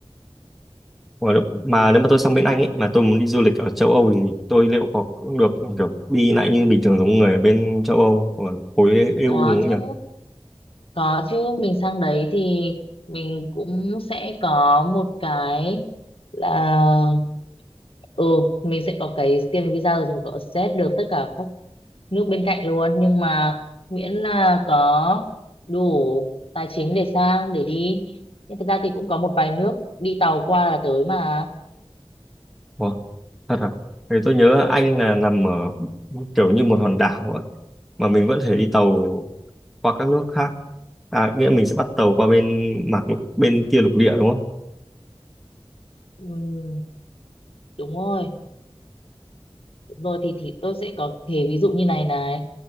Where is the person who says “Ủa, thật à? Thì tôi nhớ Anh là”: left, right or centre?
Centre